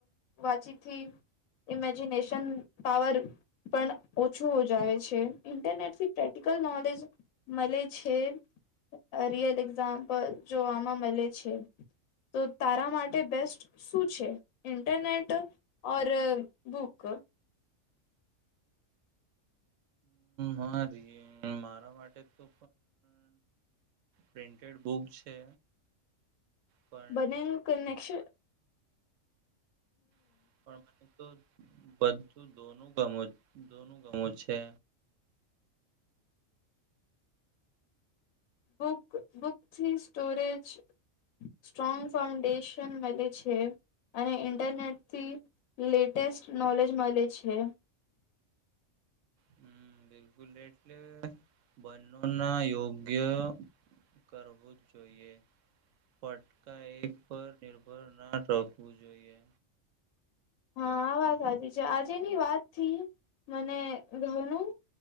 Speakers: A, on the left; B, on the right.
A: વાંચીથી ઇમેજિનેશન પાવર પણ ઓછું હો જ આવે છે ઇન્ટરનેટથી. Practical knowledge. મળે છે. અ <unintelligible> જોવામાં મળે છે તો તારા માટે બેસ્ટ શું છે ઇન્ટરનેટ ઓર બુક.
B: મારી મારા માટે તો પ્રિન્ટડ બુક છે. પણ
A: બનેનું કન્નેકશન
B: <inaudible> તો બધું દોનું ગમો દોનું ગમો છે.
A: બુક બુકથી સ્ટોરેજ સ્ટ્રોંગ ફાઉન્ડેશન મળે છે અને ઇન્ટરનેટથી લેટેસ્ટ નોલેજ મળે છે.
B: હમ બિલકુલ એટલે બંનો ના યોગ્ય કરવું જ જોઈએ. ફટકા એક પર. નિર્ભર ના રોહવું જોઈએ.
A: હા વાત સાચી છે આજેની વાત થી મને ઘણું